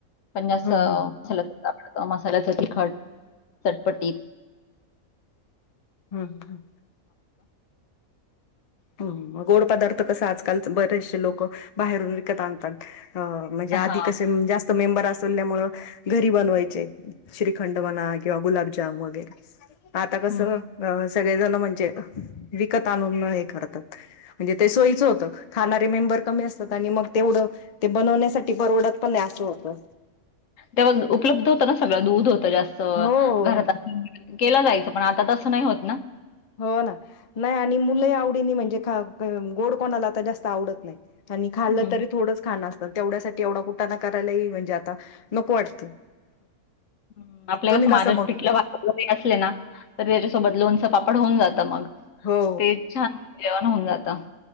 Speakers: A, on the left; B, on the left.
A: पण असं
B: हम्म हम्म
A: <unintelligible> अ मसाल्याचं तिखट, चटपटीत
B: हम्म. हम्म गोड पदार्थ कसं आजकालच बरेचशे लोकं बाहेरून विकत आणतात. म्हणजे
A: हां.
B: आधी कसे जास्त मेंबर असल्यामुळं घरी बनवायचे. श्रीखंड म्हणा किंवा गुलाबजाम वगैरे आता कसं
A: हं.
B: अ सगळेजण म्हण जे विकत आणून हे करतात म्हणजे ते सोयीचं होतं खाणारे मेंबर कमी असतात आणि मग तेवढं ते बनवण्यासाठी परवडत पण नाही असं होतं.
A: तेव्हा उपलब्ध होतं ना सगळं, दूध होत जास्त घरात
B: हो
A: <unintelligible> केलं जायचं पण आता तसं नाही होत ना.
B: हो ना, नाही आणि मुलं ही आवडीनी म्हणजे खा गोड कोणाला आता जास्त आवडत नाही. आणि खाल्लं
A: हं,
B: तरी
A: हं.
B: थोडंच खाणार. तर तेवढ्यासाठी एवढा कुटाणा करायलाही म्हणजे आता नको वाटतं.
A: हम्म, आपल्या
B: तुम्ही
A: <unintelligible>
B: कसं मग
A: पिठलं भाकर जरी असले ना तर सोबत लोणचं पापड होऊन जातं मग.
B: हो
A: ते छान जेवण होऊन जातं.